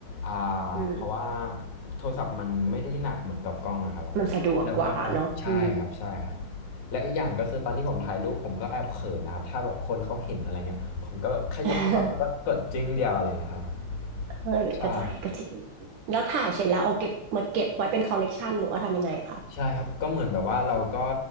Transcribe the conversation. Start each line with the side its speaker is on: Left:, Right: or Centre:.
Left: อ่าเพราะว่า
Right: อืม
Left: โทรศัพท์มันไม่ได้หนักเหมือนกับกล้องอะครับ
Right: มันสะดวกกว่าเนาะอืม
Left: แล้วก็ใช่ครับใช่ครับแล้วอีกอย่างก็คือตอนที่ผมถ่ายรูปผมก็แอบเขินนะครับถ้าแบบคนเขาเห็นอะไรเงี้ยผมก็แบบแค่ยกโทรศัพท์แล้วก็กดจึ้งเดียวอะไรเงี้ยครับผม
Right: <laughs> เออก็ใช่ก็จริง
Left: ใช่
Right: แล้วถ่ายเสร็จแล้วเอาเก็บมาเก็บไว้เป็นคอลเลกชันหรือว่าทำยังไงอะคะ
Left: ใช่ครับก็เหมือนแบบว่าเราก็